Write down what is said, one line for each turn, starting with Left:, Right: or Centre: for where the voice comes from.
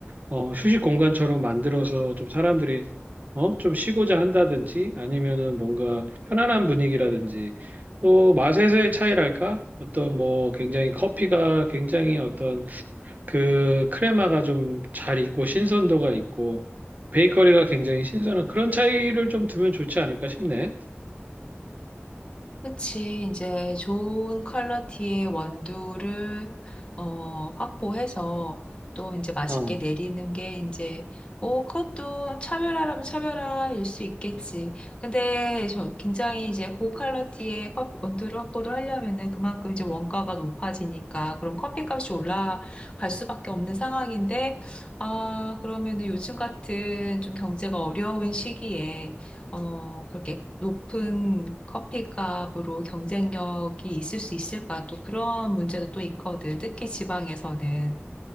Right: 어, 휴식 공간처럼 만들어서 좀 사람들이 어, 좀 쉬고자 한다든지 아니면은 뭔가 편안한 분위기라든지 또 맛에서의 차이랄까? 어떤 뭐 굉장히 커피가 굉장히 어떤 그 크레마가 좀 잘 있고 신선도가 있고 베이커리가 굉장히 신선한 그런 차이를 좀 두면 좋지 않을까 싶네.
Left: 그치. 이제 좋은 퀄러티의 원두를 어, 확보해서 또 이제 맛있게
Right: 어, 어,
Left: 내리는 게 이제 어, 그것도 차별화라면 차별화일 수 있겠지. 근데 저 굉장히 이제 고퀄러티의 컵- 원두를 확보를 하려면은 그만큼 이제 원가가 높아지니까 그럼 커피값이 올라갈 수밖에 없는 상황인데 아, 그러면은 요즘 같은 좀 경제가 어려운 시기에 어, 그렇게 높은 커피값으로 경쟁력이 있을 수 있을까? 또 그런 문제도 또 있거든. 특히 지방에서는.